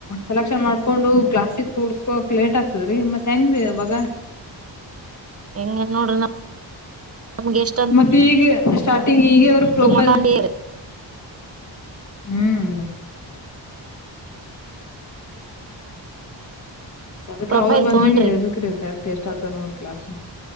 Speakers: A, on the left; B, on the right.
A: ಸೆಲೆಕ್ಷನ್ ಮಾಡ್ಕೊಂಡು ಕ್ಲಾಸಿಗ ಕೂಡ್ಸ್ಕೋಕ್ ಲೇಟ್ ಆಗ್ತದ್ರೀ ಮತ್ ಹೆಂಗ್ರೀ ಇವಾಗ
B: ಹೆಂಗೆ ನೋಡ್ರಿ ನ ನಮಗೆ ಇಷ್ಟ
A: ಮತ್ತ ಈಗ ಸ್ಟಾರ್ಟಿಂಗ್ ಈಗ ಅವ್ರ ಪ್ರೊಪೈಲ್
B: ಮಕಂಡಿರಿ
A: ಹ್ಮ್ ಅದಕ್ಕೆ
B: ಪ್ರೊಫೈಲ್
A: ಅವರು ಬಂದ್ಮ್ಯೆ
B: ತಗೊಂಡ್ರಿ
A: ಹೇಳ್ಬೇಕ್ರೀ ಕರೆಕ್ಟ್ ಎಷ್ಟ ಆತ ನೋಡ್ ಕ್ಲಾಸ್